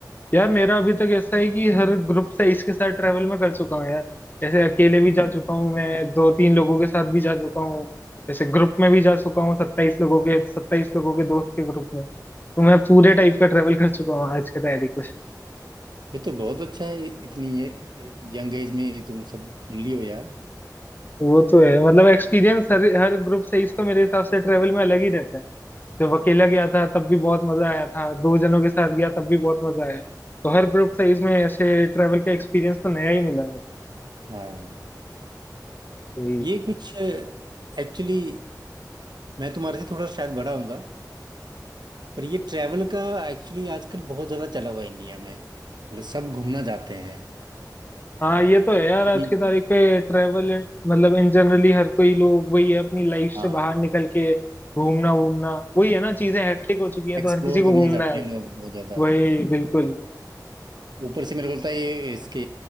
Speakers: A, on the left; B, on the right.
A: यार मेरा अभी तक ऐसा है कि हर ग्रुप से इसके साथ ट्रेवल मैं कर चुका हूँ यार जैसे अकेले भी जा चुका हूँ मैं दो तीन लोगों के साथ भी जा चुका हूँ जैसे ग्रुप में भी जा चुका हूँ सत्ताईस लोगों के सत्ताईस लोगों के दोस्त के ग्रुप में तो मैं पूरे टाइप का ट्रेवल कर चुका हूँ आज के तारीख में
B: ये तो बहुत अच्छा है इतनी ये यंग एज में तुम सब घूम लियो यार
A: वो तो है मतलब एक्सपीरियंस हर हर ग्रुप से इसका मेरे हिसाब से ट्रेवल में अलग ही रहता है जब अकेला गया था तब भी बहुत मजा आया था दो जनों के साथ गया तब भी बहुत मजा आया तो हर ग्रुप से इसमें ऐसे ट्रेवल का एक्सपीरियंस तो नया ही मिला
B: हाँ
A: है
B: ये कुछ एक्चुअली मैं तुम्हारे से थोड़ा शायद बड़ा होऊंगा पर ये ट्रैवल का एक्चुअली आजकल बहुत ज़्यादा चला हुआ है इंडिया में मतलब सब घूमना चाहते हैं
A: हाँ ये तो है यार आज
B: हम्म।
A: की तारीख पे ट्रेवल मतलब इन जनरली हर कोई लोग वही है अपनी लाइफ से
B: हाँ
A: बाहर निकल के घूमना घूमना वही है ना चीजें हेक्टिक हो चुकी हैं
B: एक्सप्लोर
A: तो हर किसी को
B: करना
A: घूमना
B: चाहते
A: है अब।
B: हैं लोग बहुत ज़्यादा
A: वही बिल्कुल
B: ऊपर से मेरे को लगता है ये इसके